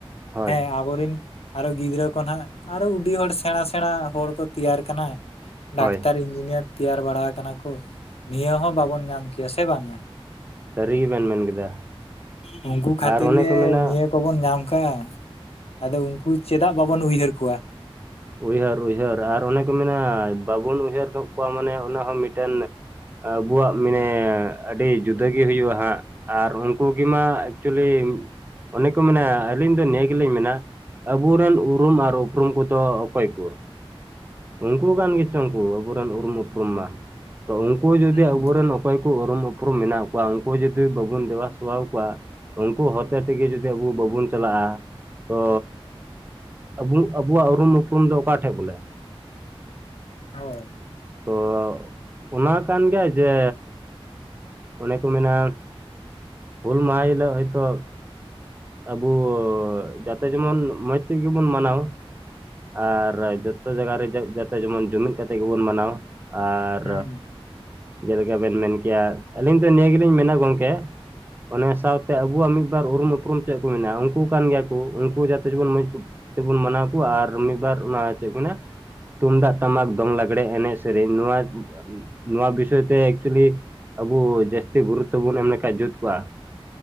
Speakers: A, on the right (about 20°); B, on the left (about 85°).
A: ᱦᱳᱭ
B: ᱦᱮᱸ᱾ ᱠᱚᱨᱤᱱ ᱟᱨᱚ ᱜᱤᱫᱽᱨᱟᱹ ᱠᱚ ᱱᱟᱸᱜ, ᱟᱨᱚ ᱩᱰᱤ ᱦᱚᱲ ᱥᱮᱬᱟ ᱥᱮᱬᱟ ᱦᱚᱲ ᱠᱚ ᱛᱮᱭᱟᱨᱟᱠᱟᱱᱟ ᱰᱟᱠᱛᱟᱨ
A: ᱦᱳᱭ
B: ᱤᱧᱡᱤᱱᱤᱭᱟᱨ ᱛᱮᱭᱟᱨ ᱵᱟᱲᱟ ᱟᱠᱟᱱᱟ ᱠᱚ, ᱱᱤᱭᱟᱹ ᱦᱚᱸ ᱵᱟᱵᱚᱱ ᱧᱟᱢ ᱠᱮᱭᱟ ᱥᱮ ᱵᱟᱝ -
A: ᱥᱟᱹᱨᱤ ᱜᱮᱵᱮᱱ ᱢᱮᱱ ᱠᱮᱫᱟ
B: ᱟ ᱾ ᱩᱱᱠᱩ ᱠᱷᱟᱹᱛᱤᱨ
A: ᱟᱨ ᱚᱱᱮ
B: ᱜᱮ
A: ᱠᱚ ᱢᱮᱱᱟ
B: ᱱᱤᱭᱟᱹ ᱠᱚᱵᱚᱱ ᱧᱟᱢ ᱠᱟᱜ- ᱟ ᱟᱫᱚ ᱩᱱᱠᱩ ᱪᱮᱫᱟᱜ ᱵᱟᱵᱚᱱ ᱩᱭᱦᱟᱹᱨ ᱠᱩᱣᱟ ᱾
A: ᱩᱭᱦᱟᱹᱨ ᱩᱭᱦᱟᱹᱨ ᱟᱨ ᱚᱱᱮ ᱠᱚ ᱢᱮᱱᱟ ᱵᱟᱵᱚᱱ ᱩᱭᱦᱟᱹᱨ ᱫᱚ- ᱠᱚᱣᱟ ᱢᱟᱱᱮ ᱚᱱᱟ ᱦᱚᱸ ᱢᱤᱫᱴᱮᱱ ᱟᱵᱩᱣᱟᱜ ᱢᱮᱱᱮ ᱟᱹᱰᱤ ᱡᱩᱫᱟᱹ ᱜᱮ ᱦᱩᱭᱩᱜᱼᱟ ᱦᱟᱸᱜ ᱟᱨ ᱩᱱᱠᱩ ᱜᱮᱢᱟ ᱮᱠᱪᱩᱞᱤᱢ ᱚᱱᱮ ᱠᱚ ᱢᱮᱱᱟ ᱟᱹᱞᱤᱧ ᱫᱚ ᱱᱤᱭᱟᱹ ᱜᱮᱞᱤᱧ ᱢᱮᱱᱟ ᱟᱵᱩᱨᱮᱱ ᱩᱨᱩᱢ ᱟᱨ ᱩᱯᱨᱩᱢ ᱠᱚᱫᱚ ᱚᱠᱚᱭ ᱠᱩ ᱩᱱᱠᱩ ᱠᱟᱱ ᱜᱮᱪᱚᱝ ᱠᱩ ᱟᱵᱩᱨᱮᱱ ᱩᱨᱩᱢ ᱩᱯᱩᱨᱩᱢ ᱢᱟ ᱛᱚ ᱩᱱᱠᱩ ᱡᱩᱫᱤ
B: ᱦᱩᱸ
A: ᱟᱵᱚᱨᱮᱱ ᱚᱠᱚᱭ ᱠᱚ <unintelligible> ᱩᱯᱨᱩᱢ ᱢᱮᱱᱟᱜ ᱠᱚᱣᱟ ᱩᱱᱠᱩ ᱡᱩᱫᱤ ᱵᱟᱵᱩᱱ ᱫᱮᱵᱟ ᱥᱮᱵᱟᱣ ᱠᱚᱣᱟ ᱩᱱᱠᱩ ᱦᱚᱛᱮ ᱛᱮᱜᱮ ᱡᱩᱫᱤ ᱟᱵᱩ ᱵᱟᱵᱩᱱ ᱪᱟᱞᱟᱜᱼᱟ, ᱛᱚ <unintelligible> ᱟᱵᱩᱣᱟᱜ ᱩᱨᱩᱢ ᱩᱯᱨᱩᱢ ᱫᱚ ᱚᱠᱟ ᱴᱷᱮᱜ ᱵᱚᱞᱮ
B: ᱦᱚᱭ
A: ᱛᱚ ᱚᱱᱟ ᱠᱟᱱ ᱜᱮᱭᱟ ᱡᱮ ᱚᱱᱮ ᱠᱚ ᱢᱮᱱᱟ ᱦᱩᱞ ᱢᱟᱦᱟ ᱦᱤᱞᱚᱜ ᱦᱚᱭᱛᱚ ᱟᱵᱩ ᱡᱟᱛᱮ ᱡᱮᱢᱚᱱ ᱢᱚᱸᱡᱽ ᱛᱮᱜᱮ ᱵᱚᱱ ᱢᱟᱱᱟᱣᱟ ᱟᱨ ᱡᱚᱛᱚ ᱡᱟᱭᱜᱟ ᱨᱮ <unintelligible> ᱡᱟᱛᱮ ᱡᱮᱢᱚᱱ ᱡᱩᱢᱤᱫ ᱠᱟᱛᱮ ᱜᱮᱵᱚᱱ ᱢᱟᱱᱟᱣᱟ ᱟᱨ
B: ᱦᱩᱸ
A: ᱡᱮᱞᱮᱠᱟ ᱵᱮᱱ ᱢᱮᱱ ᱠᱮᱭᱟ ᱟᱹᱞᱤᱧ ᱫᱚ ᱱᱤᱭᱟᱹ ᱜᱮᱞᱤᱧ ᱢᱮᱱᱟ ᱜᱚᱝᱠᱮ ᱚᱱᱮ ᱥᱟᱶᱛᱮ ᱟᱵᱩᱣᱟᱜ ᱢᱤᱫᱵᱟᱨ ᱩᱨᱩᱢ ᱩᱯᱨᱩᱢ ᱪᱮᱜ ᱠᱩ ᱢᱮᱱᱟ ᱩᱱᱠᱩ ᱠᱟᱱ ᱜᱮᱭᱟ ᱠᱚ ᱩᱱᱠᱩ ᱡᱟᱛᱮ ᱡᱮᱢᱚᱱ ᱢᱚᱡᱽ ᱠᱚ- ᱛᱮᱵᱚᱱ ᱢᱟᱱᱟᱣ ᱠᱩᱣᱟ ᱟᱨ ᱢᱤᱫ ᱵᱟᱨ ᱚᱱᱟ ᱪᱮᱫ ᱢᱮᱱᱟ ᱛᱩᱢᱫᱟᱜ ᱴᱟᱢᱟᱠ ᱫᱚᱝ ᱞᱟᱜᱽᱲᱮ ᱮᱱᱮᱡ ᱥᱮᱨᱮᱧ ᱱᱩᱣᱟ <unintelligible> ᱱᱚᱣᱟ ᱵᱤᱥᱚᱭ ᱛᱮ ᱮᱠᱪᱩᱞᱤ ᱟᱵᱩ ᱡᱟᱥ ᱛᱤ ᱵᱩᱨᱩ ᱛᱮᱵᱩᱱ ᱮᱢ ᱞᱮᱠᱷᱟᱱ ᱡᱩᱛ ᱠᱚᱜᱼᱟ